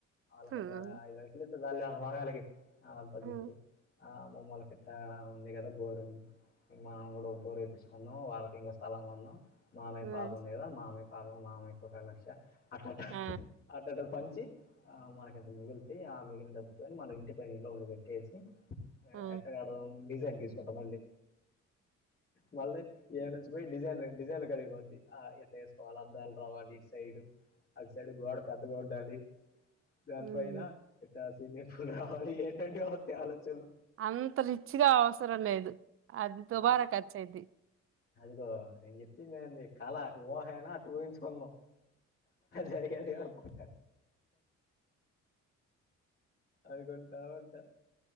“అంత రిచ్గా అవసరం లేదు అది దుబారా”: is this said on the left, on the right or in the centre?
Right